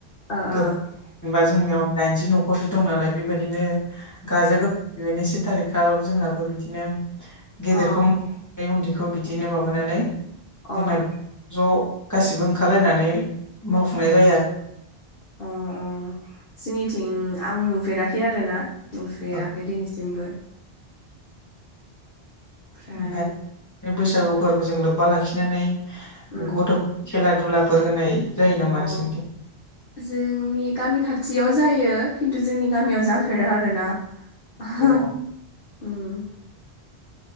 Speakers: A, on the left; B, on the left.
A: ओ ओम
B: गोबां जेनबा जोंनियाव दाइनजि न'खरसो दं नालाय बेबायदिनो गाजा गोम बेनो से थारिख खालाराव जोंनाबो बिदिनो गेदेरखौ
A: अ
B: बे उन्दैखौ बिदिनो माबानानै
A: अ
B: जोंना ज' गासिबो ओंखारलायनानै मावफुंनाय जायो आ
A: अ अ जिनिथिं आं नुफेराखै आरोना नुफेराखै
B: आरो
A: दिनैसिमबो ओमफ्राय
B: ओमफाय बैसागुबो जों लोब्बा लाखिनानै
A: ओम
B: गथ' खेला दुलाफोर होनाय जायो नामा
A: अ
B: नोंसिरनिथिं
A: जोंनि गामि खाथियाव जायो खिन्थु जोंनि गामियाव जाफेरा आरोना ह
B: अ
A: उम